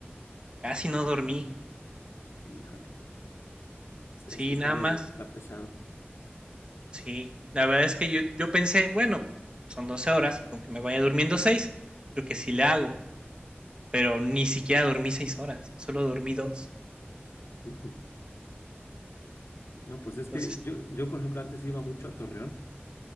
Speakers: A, on the right; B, on the left.
A: Casi no dormí.
B: Híjole. Es, es
A: Sí,
B: que está
A: nada
B: medio,
A: más
B: está pesado.
A: Sí, la verdad es que yo, yo pensé, bueno, son 12 horas y con que me vaya durmiendo seis creo que sí le hago, pero ni siquiera dormí 6 horas, solo dormí dos
B: Ujú. No, pues es
A: Entonces,
B: que yo, yo, por ejemplo, antes iba mucho a Torreón